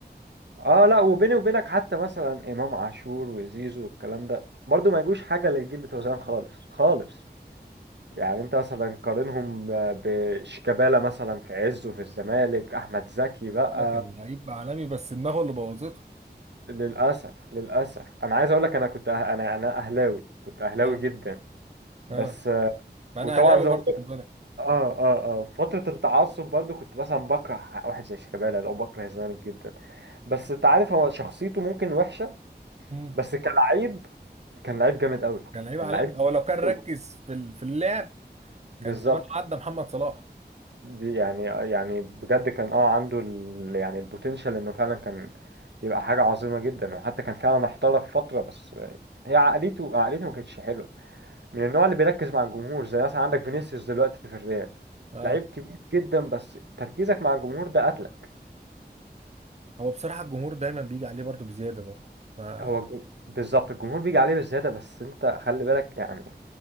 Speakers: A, on the right; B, on the right.
A: اه لا وبيني وبينك حتى مثلا امام عاشور وزيزو والكلام ده برضو ما يجوش حاجه للجيل بتوع زمان خالص خالص يعني انت مثلا قارنهم بشيكابالا مثلا في عزه في الزمالك احمد زكي بقى
B: ده كان لعيب عالمي بس دماغه اللي بوظته
A: للأسف للأسف أنا عايز أقول لك أنا كنت أه... أنا أنا أهلاوي كنت أهلاوي
B: اه
A: جدا بس
B: اه
A: آه،
B: ما
A: وطبعا
B: انا اهلاوي
A: زي
B: برضو
A: ما قلت
B: خد بالك
A: اه اه اه فترة التعصب برضو كنت مثلا بكره واحد زي شيكابالا أو بكره الزمالك جدا بس أنت عارف هو شخصيته ممكن وحشة
B: مم.
A: بس كلاعب كان لعيب جامد قوي
B: كان لعيب
A: كان
B: عالمي
A: لعيب
B: هو لو كان ركز
A: قوي
B: في ال- في اللعب
A: بالظبط
B: كان زمان عدى محمد صلاح
A: دي يعني يعني بجد كان اه عنده ال... يعني البوتنشال إنه فعلا كان يبقى حاجة عظيمة جدا وحتى كان فعلا احترف فترة بس هي عقليته عقليته ما كانتش حلوة من النوع اللي بيركز مع الجمهور زي مثلا عندك فينيسيوس دلوقتي في الريال
B: اه
A: لعيب كبير جدا بس تركيزك مع الجمهور ده قتلك
B: هو بصراحة الجمهور دايما بيجي عليه برضو بزيادة برضو ما
A: هو الجم... بالظبط الجمهور بيجي عليه بالزيادة بس انت خلي بالك يعني